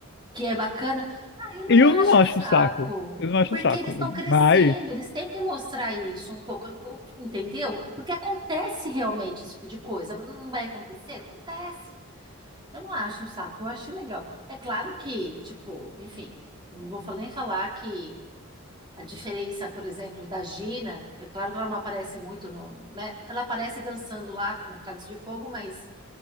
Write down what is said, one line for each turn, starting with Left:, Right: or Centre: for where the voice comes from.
Right: que é bacana. Ah, eu não
Left: Eu
Right: acho
Left: não acho
Right: um saco,
Left: um saco. Eu não acho
Right: porque
Left: um saco.
Right: eles estão crescendo,
Left: Mas
Right: eles têm que mostrar isso um pouco, o- entendeu? Porque acontece realmente esse tipo de coisa. Não vai acontecer? Acontece. Eu não acho um saco, eu acho legal. É claro que, tipo, enfim, não vou fa- nem falar que a diferença, por exemplo, da Gina, é claro que ela não aparece muito no, né? Ela aparece dançando lá no Cálice de Fogo, mas